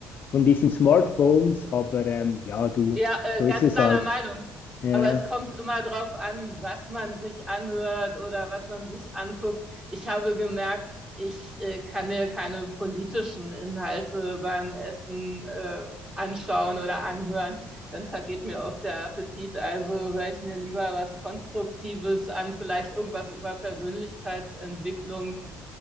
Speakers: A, on the left; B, on the right.
A: von diesen Smartphones, aber ähm, ja, du,
B: Ja,
A: so
B: äh, ganz
A: ist es
B: deiner
A: halt.
B: Meinung.
A: Ja,
B: Aber es kommt immer drauf an, was man sich anhört oder was man sich anguckt. Ich habe gemerkt, ich äh, kann mir keine politischen Inhalte beim Essen äh, anschauen oder anhören. Dann vergeht mir oft der Appetit. Also höre ich mir lieber was Konstruktives an, vielleicht irgendwas über Persönlichkeitsentwicklung